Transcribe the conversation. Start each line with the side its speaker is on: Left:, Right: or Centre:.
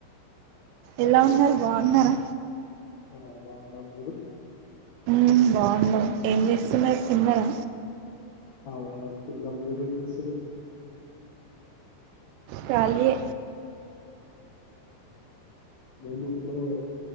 Right: ఎలా ఉన్నారు బాగున్నారా
Left: ఆ బాగున్నాం మీరు
Right: ఉమ్ బాగున్నాం ఏం చేస్తున్నారు తిన్నరా
Left: ఆ తిన్నాం మీరు ఏం చేస్తురు
Right: ఖాళీయే
Left: నేను ఇప్పుడే